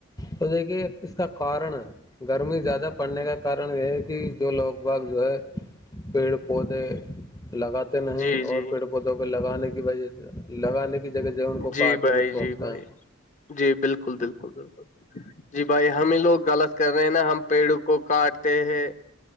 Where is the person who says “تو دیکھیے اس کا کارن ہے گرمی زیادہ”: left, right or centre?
Left